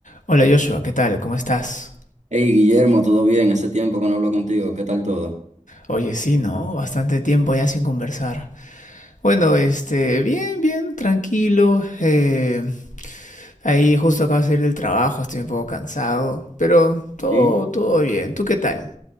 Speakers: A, on the left (about 80°); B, on the right (about 65°).
A: Hola Joshua, ¿qué tal? ¿Cómo estás?
B: Hey Guillermo, ¿todo bien? Hace tiempo que no hablo contigo. ¿Qué tal todo?
A: Oye, sí, ¿no? Bastante tiempo ya sin conversar. Bueno, este, bien, bien, tranquilo. eh, ahí justo acabo de salir del trabajo, estoy un poco cansado, pero todo,
B: Sí.
A: todo bien. ¿Tú qué tal?